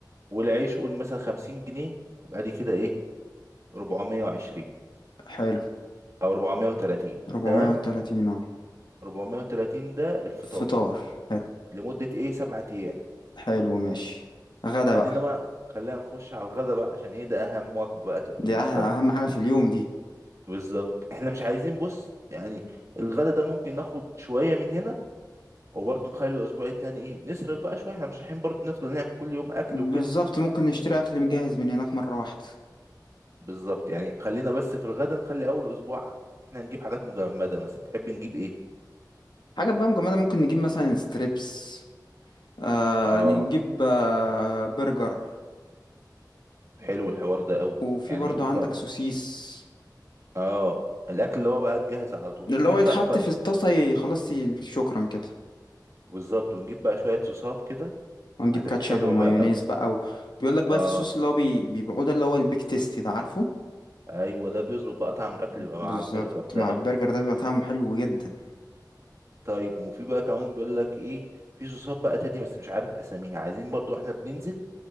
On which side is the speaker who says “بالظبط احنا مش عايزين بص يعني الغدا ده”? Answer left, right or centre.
Right